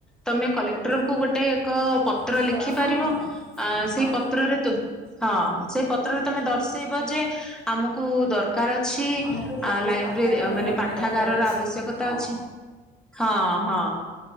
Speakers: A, in the centre; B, on the right.
A: ତମେ କଲେକ୍ଟରଙ୍କୁ ଗୋଟେ ଏକ ପତ୍ର
B: ଜିଲ୍ଲାପାଳ
A: ଲେଖି
B: ହଁ
A: ପାରିବ
B: ହଁ
A: ଆ
B: ହଁ
A: ସେଇ ପତ୍ରରେ ତୁ ହଁ ସେ ପତ୍ରରେ ତମେ ଦର୍ଶେଇବ ଯେ ଆମକୁ ଦର କାର୍ ଅଛି
B: ଆମକୁ ଲା-
A: ଆ
B: ଗୋଟେ
A: ଲାଇବ୍ରେରୀ
B: ପାଠାଗାର
A: ମାନେ
B: କ'ଣ
A: ପାଠାଗାରର
B: ପାଇଁ ଦରକାର ଅଛି
A: ଆବଶ୍ୟକତା
B: ହଁ
A: ଅଛି ହଁ ହଁ